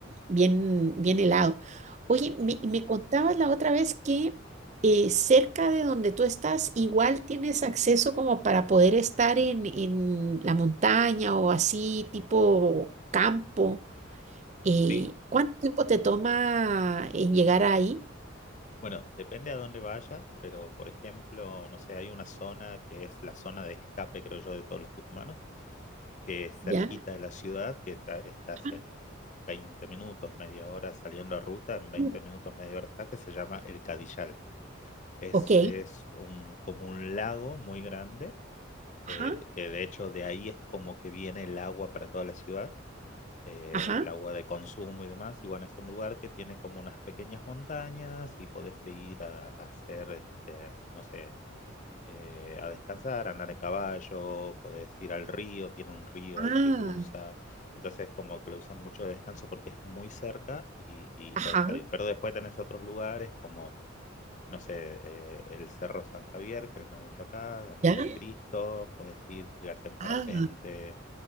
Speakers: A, on the right; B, on the left.
A: bien, bien helado. Oye,
B: Ujú.
A: me, me contabas la otra vez que eh, cerca de donde tú estás, igual tienes acceso como para poder estar en, en la montaña o así, tipo campo. Eh,
B: Sí,
A: ¿cuánto tiempo te toma en llegar ahí?
B: Bueno, depende a dónde vayas, pero por ejemplo, no sé, hay una zona que es la zona de escape, creo yo, de todos los tucumanos, que es cerquita
A: ¿Ya?
B: de la ciudad, que ta- estás
A: Ah,
B: en 20 minutos, media hora saliendo a ruta, en veinte
A: mm,
B: minutos, media hora estás, que se llama El Cadillal. Es,
A: Ok.
B: es un, como un lago muy grande,
A: Ajá,
B: eh, que de hecho de ahí es como que viene el agua para toda la ciudad eh,
A: ajá.
B: el agua de consumo y demás. Y bueno, es un lugar que tiene como unas pequeñas montañas y podés seguir a, a hacer, este, no sé, eh, a descansar, a andar en caballo, podés ir al río, tiene un río
A: Ah,
B: ahí que cruza. Entonces como que lo usan mucho de descanso porque es muy cerca y, y
A: ajá,
B: podés salir. Pero después tenés otros lugares como... No sé, eh, el Cerro San Javier, que lo llamamos acá, donde
A: ya.
B: está el Cristo, podés ir, tirarte en parapente,
A: Ah,